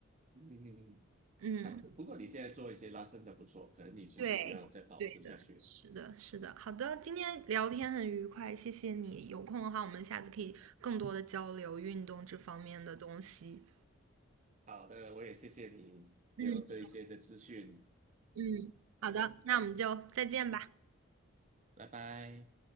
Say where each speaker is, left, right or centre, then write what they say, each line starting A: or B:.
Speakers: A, on the right; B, on the right.
A: 嗯嗯，嗯嗯
B: 嗯，
A: 尝试。不过你现在做一些拉伸的不错，可能你是需要再保持下去。
B: 对对的，是的，是的。好的，今天聊天很愉快，谢谢你。有空的话，我们下次可以更多的交流运动这方面的东西。
A: 好的，我也谢谢你给我这一些的资讯，
B: 嗯嗯，好的，那我们就再见吧。
A: 拜拜。